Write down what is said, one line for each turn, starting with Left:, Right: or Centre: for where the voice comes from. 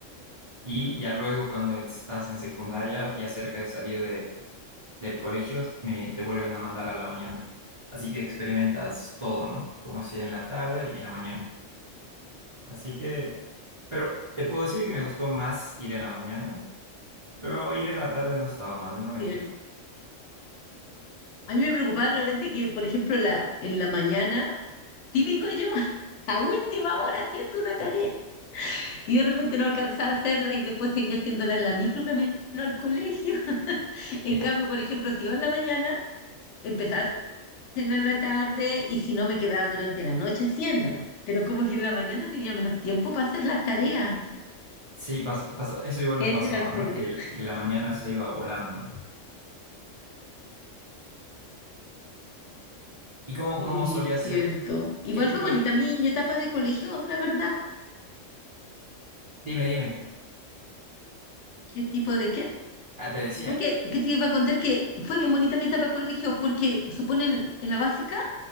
Right: Y ya luego cuando estás en secundaria y cerca de salir de, del colegio, me, te vuelven a mandar a la mañana. Así que experimentas todo, ¿no? Como si en la tarde y en la mañana. Así que, pero te puedo decir que me gustó más ir en la mañana Pero ir en la tarde no estaba mal, no me
Left: ¿cierto?
Right: quejo.
Left: A mí me preocupaba de repente que, por ejemplo, la, en la mañana, típico yo, <laughs> a última hora haciendo una tarea y de repente no alcanzaba a hacerla y después seguía haciéndola en la micro camino al colegio. <laughs> En
Right: Eh,
Left: cambio, por ejemplo, si iba en la mañana, empezaba a hacerla en la tarde y si no, me quedaba durante la noche haciéndola. Pero como que en la mañana tenía menos tiempo para hacer las tareas.
Right: sí, pas- pasa- eso igual me
Left: Ese
Right: pasaba,
Left: era el
Right: ¿no?
Left: problema.
Right: Que, el- que la mañana se iba volando. ¿Y cómo,
Left: Sí,
Right: cómo solía
Left: cierto.
Right: ser?
Left: Igual
Right: ¿Qué tipo
Left: fue bonita
Right: de...?
Left: mi, mi etapa de colegio, la verdad.
Right: Dime, dime.
Left: ¿Qué tipo de qué?
Right: Ah, te decía
Left: Aunque,
Right: que...
Left: ¿qué te iba a contar? Que fue bien bonita mi etapa de colegio porque, suponen, en la básica.